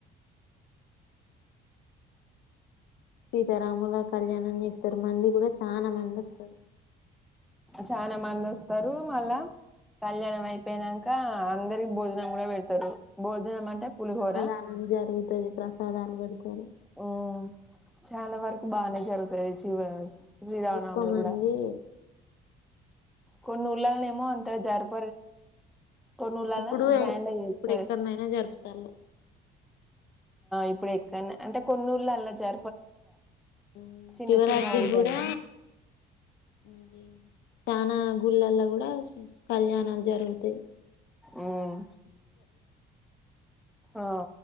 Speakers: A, on the left (about 80°); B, in the centre.
A: సీతారాముల కళ్యాణం చేస్తరు మంది గూడా చాలా మంది వస్తరు
B: చనా మంది వస్తరు మళ్ళా కళ్యాణం అయిపోనంక అందరికి భోజనం గూడా పెడతారు భోజనం అంటే పులిహోర
A: ది ప్రసాదాలు పెడతారు
B: ఉ చాలా వరకు బానే జరుగు తెచ వస్ శ్రీరామ
A: చాలా ఎక్కువ
B: నవమి
A: మంది
B: కూడా కొన్ని ఊళ్లనేమో అంత జరిపరు గాని కొన్ని ఊర్లలా
A: ఇప్పుడు
B: గ్రాండ్ గా చేస్తారు
A: ఇప్పుడు ఎక్కడనైనా జరుపుతళ్ళు
B: ఇప్పుడు ఎక్కన్నా అంటే కొన్నూళ్లో అలా జరిపరు ఎక్కువ
A: మ్
B: చిన్న
A: శివరాత్రి
B: చిన్న ఊర్లల్ల
A: కూడా అది చనా గుళ్ళల్లో కూడా కళ్యాణాలు జరుగుతాయి
B: ఉమ్
A: పూజలు
B: ఆ